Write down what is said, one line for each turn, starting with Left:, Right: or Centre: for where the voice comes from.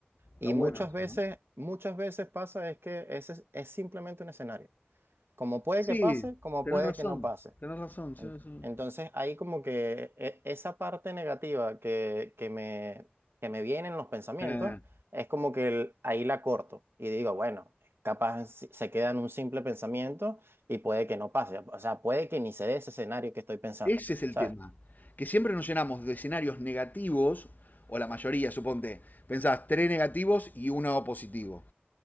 Left: Está
Right: Y
Left: bueno
Right: muchas
Left: eso,
Right: veces,
Left: ¿no?
Right: muchas veces pasa es que ese es es simplemente un escenario. Como puede
Left: Sí,
Right: que pase, como
Left: tenés
Right: puede
Left: razón,
Right: que no pase.
Left: tenés razón. sí,
Right: En-
Left: sí.
Right: Entonces, ahí como que e- esa parte negativa que, que me, que me viene en los pensamientos,
Left: Eh,
Right: es como que el- ahí la corto y digo, bueno, capaz si- se queda en un simple pensamiento y puede que no pase, o sea, puede que ni se dé ese escenario que estoy pensando,
Left: ese es el
Right: ¿sabes?
Left: tema. Que siempre nos llenamos de escenarios negativos, o la mayoría, suponte. Pensás tres negativos y uno positivo.